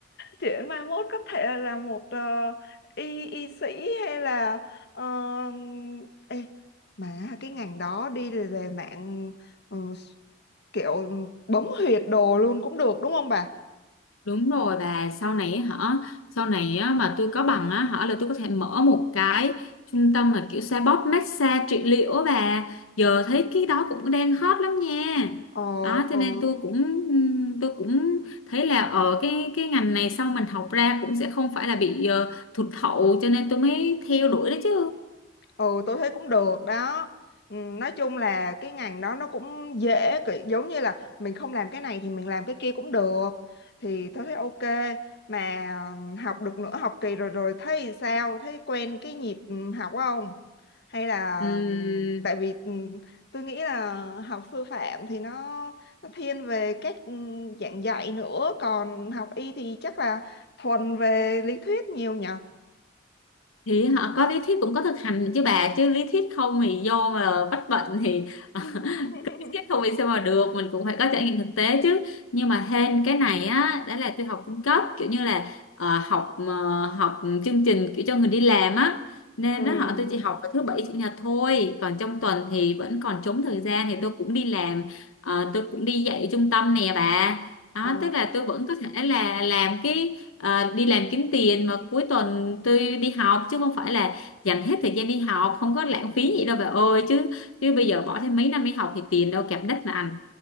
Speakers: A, on the left; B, on the left.
A: Chuyển mốt có thể là một ờ, y y sĩ hay là ờ, ê, mà cái ngành đó đi về mạng ờ, kiểu bấm huyệt đồ luôn cũng được đúng không bà?
B: Đúng rồi bà, sau này ấy hả, sau này á, mà tôi có bằng á hả là tôi có thể mở một cái trung tâm mà kiểu xoa bóp massage trị liệu á bà. Giờ thấy cái đó cũng đang hot lắm nha.
A: Ờ,
B: Đó cho
A: ờ,
B: nên tôi cũng ừm, tôi cũng thấy là ở cái cái ngành này sau mình học ra cũng sẽ không phải là bị ờ, thụt hậu cho nên tôi mới theo đuổi đó chứ.
A: Ừ tôi thấy cũng được đó Ừ, Nói chung là cái ngành đó nó cũng dễ kiểu Giống như là mình không làm cái này thì mình làm cái kia cũng được Thì tôi thấy ok Mà ừ, học được nửa học kỳ rồi rồi thấy sao Thấy quen cái nhịp ừ, học không Hay là
B: Ừm,
A: ừ, tại vì ừ, tôi nghĩ là học sư phạm thì nó, nó thiên về các ừ, dạng dạy nữa Còn học y thì chắc là thuần về lý thuyết nhiều nhỉ
B: thì họ có lý thuyết cũng có thực hành chứ bà chứ lý thuyết không thì vô mà bắt bệnh thì <laughs>
A: <laughs>
B: cứ lý thuyết không thì sao mà được mình cũng phải có trải nghiệm thực tế chứ nhưng mà hên cái này á đó là tôi học trung cấp kiểu như là ờ, học ờ, học chương trình kiểu cho người đi làm á nên
A: Ừ.
B: nó họ tôi chỉ học vào thứ bảy chủ nhật thôi còn trong tuần thì vẫn còn trống thời gian thì tôi cũng đi làm Ờ, tôi cũng đi dạy ở trung tâm nè bà đó
A: Ờ,
B: tức là tôi vẫn có thể là làm cái Ờ, đi làm kiếm tiền mà cuối tuần tôi đi học chứ không phải là dành hết thời gian đi học không có lãng phí gì đâu bà ơi chứ chứ bây giờ bỏ thêm mấy năm đi học thì tiền đâu kẹp đất mà ăn